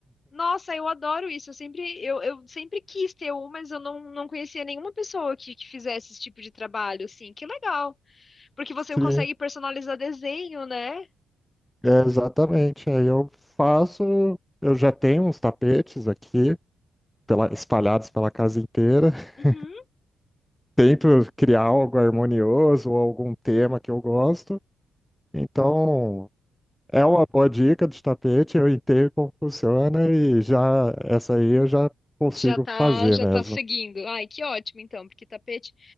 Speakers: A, on the left; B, in the centre.
A: Nossa, eu adoro isso. Eu sempre, eu, eu sempre quis ter um, mas eu não, não conhecia nenhuma pessoa que, que fizesse esse tipo de trabalho, assim. Que legal! Porque você
B: Sim,
A: consegue personalizar desenho, né?
B: é exatamente. Aí eu faço, eu já tenho uns tapetes aqui, pela- espalhados pela casa inteira. <laughs>
A: Uhum.
B: Tento criar algo harmonioso ou algum tema que eu gosto. Então, É uma boa dica de tapete, eu entendo como funciona e já essa aí eu já consigo
A: Já tá,
B: fazer
A: já
B: mesmo.
A: tá seguindo. Ai, que ótimo, então, porque tapete.